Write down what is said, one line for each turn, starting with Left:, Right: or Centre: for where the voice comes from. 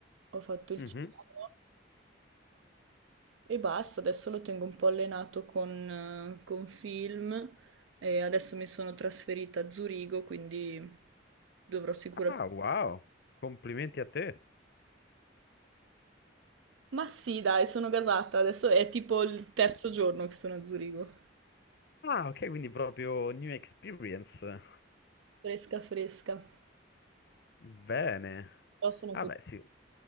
Right: ho fatto il
Left: Mhm.
Right: C1 e basta, adesso lo tengo un po' allenato con, eh, con film e adesso mi sono trasferita a Zurigo, quindi dovrò sicuramente...
Left: Ah, wow, complimenti a te.
Right: Ma sì, dai, sono gasata, adesso è tipo il terzo giorno che sono a Zurigo.
Left: Ah, ok, quindi proprio new experience.
Right: Fresca, fresca,
Left: Bene.
Right: però sono
Left: Vabbè,
Right: contenta.
Left: sì,